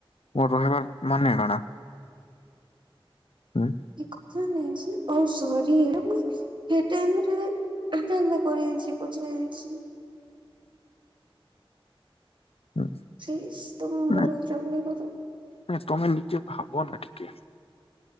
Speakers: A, on the left; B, on the right.
A: ମୋର ରହିବାର ମାନେ କାଣା? ହୁଁ?
B: ଏ କଥା ନାଇଁ ଯେ ଆଉ ସରି ହେ ମୁଇଁ ହେ ଟାଇମରେ ଆଠା ଆ କରିଦେଇଥିଲି ପଚର ଦେଇଥିଲି।
A: ହୁଁ
B: ସେଇ ତମ ମୁଡ
A: ନାଇଁ
B: ଖରାପ ନାଇଁ କର।
A: ନାଇଁ ତମେ ନିଜେ ଭାବ ନା ଟିକେ।